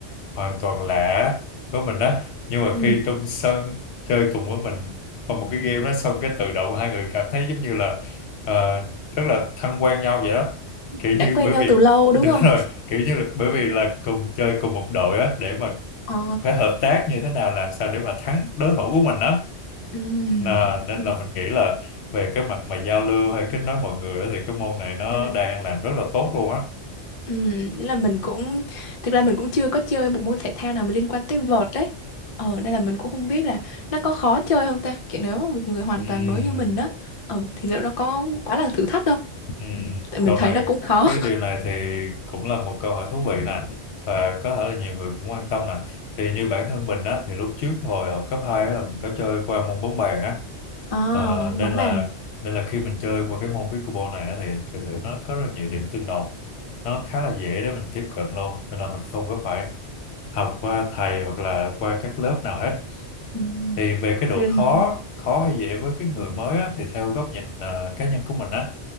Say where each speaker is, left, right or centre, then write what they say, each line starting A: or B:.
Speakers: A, on the left; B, on the left.
A: hoàn toàn lạ với mình đó nhưng
B: ừ.
A: mà khi trong sân chơi cùng với mình qua một cái game đó xong cái tự động hai người cảm thấy giống như là ờ, rất là thân quen nhau vậy đó kiểu
B: đã
A: như
B: quen
A: bởi
B: nhau
A: vì
B: từ lâu
A: <laughs>
B: đúng
A: đúng
B: không
A: rồi kiểu như là, bởi vì là cùng chơi cùng một đội á để mà
B: ờ
A: phải hợp tác như thế nào làm sao để mà thắng đối thủ của mình đó
B: ừ.
A: Nà, nên
B: Ừ.
A: là mình nghĩ là về cái mặt mà giao lưu hay kết nối mọi người á, thì cái môn này nó
B: Ừ.
A: đang làm rất là tốt luôn á
B: Ừm, nghĩa là mình cũng thực ra mình cũng chưa có chơi một môn thể thao nào mà liên quan tới vợt đấy. Ờ nên là mình cũng không biết là nó có khó chơi không ta. Kiểu nếu mà một người hoàn
A: Ừ,
B: toàn mới như mình đó, ờ thì liệu nó có quá là thử thách không?
A: ừ.
B: Tại mình
A: Câu
B: thấy
A: này
B: nó cũng khó.
A: cái điều này thì cũng là một câu hỏi thú vị nè và có thể là nhiều người cũng quan tâm nè thì như bản thân mình á thì lúc trước hồi học cấp 2 á là mình có chơi qua môn bóng bàn á
B: À,
A: Ờ, nên
B: bóng
A: là
B: bàn.
A: nên là khi mình chơi qua cái môn pickleball này á, thì thực sự nó có rất là nhiều điểm tương đồng nó khá là dễ để mình tiếp cận luôn nên là mình không có phải học qua thầy hoặc là qua các lớp nào hết
B: Ừm.
A: thì về cái độ
B: Ừm.
A: khó khó hay dễ với cái người mới á, thì theo góc nhìn à, cá nhân của mình á